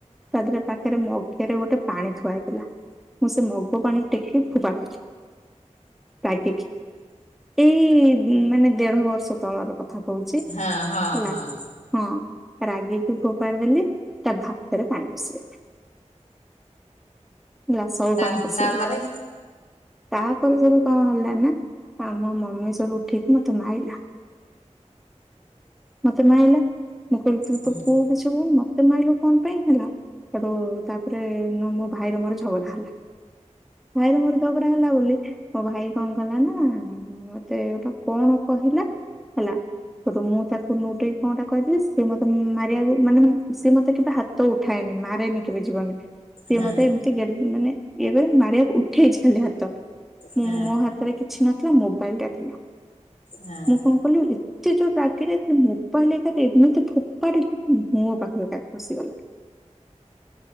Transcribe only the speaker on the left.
ହଁ ହଁ ହଁ
ତା
ତାପରେ
ହୁଁ
ହଁ
ହଁ
ହଁ